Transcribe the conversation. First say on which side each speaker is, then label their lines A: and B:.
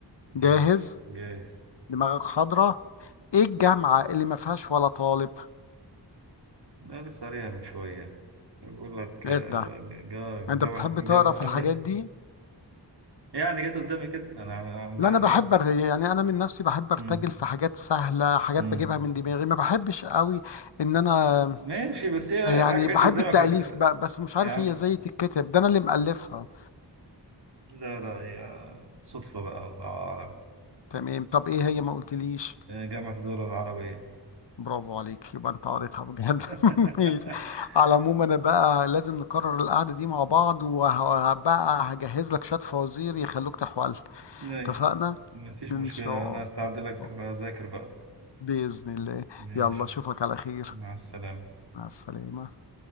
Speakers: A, on the right (about 65°); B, on the left (about 75°).
A: ماشي
B: جاهز
A: جاهز
B: دماغك حاضره ايه الجامعه اللي ما فيهاش ولا طالب
A: ده لسه قاريها من شوية بيقول لك آه،
B: ايه ده
A: جا جا
B: انت بتحب
A: جا
B: تقرا في
A: عندي
B: الحاجات
A: <laughs>
B: دي
A: يعني جت قدامي كده أنا عامل- عاملها
B: لا انا
A: إيه؟
B: بحب أر- يعني انا من نفسي بحب ارتجل
A: مم.
B: في حاجات سهله حاجات
A: مم.
B: بجيبها من دماغي ما بحبش قوي ان انا
A: ماشي بس هي
B: يعني
A: الحاجة
B: بحب
A: جت قدامك
B: التأليف
A: هتت...
B: بقى بس مش
A: يا
B: عارف هي ازاي تتكتب ده انا اللي مألفها
A: لا لا يا صدفة بقى الله أعلم
B: تمام طب ايه هي ما قلتليش
A: جامعة الدول العربية
B: برافو عليك يبقى انت قريتها بجد
A: <laughs>
B: <laughs> ماشي على العموم انا بقى لازم نكرر القعدة دي مع بعض وهبقى هجهز لك شوية فوازير يخلوك تحول
A: ماشي
B: اتفقنا
A: مفيش
B: ان
A: مشكلة
B: شاء
A: أنا هستعد لك
B: الله
A: وأذاكر بقى
B: بإذن الله
A: ماشي
B: يلا اشوفك على خير
A: مع السلامة
B: مع السلامة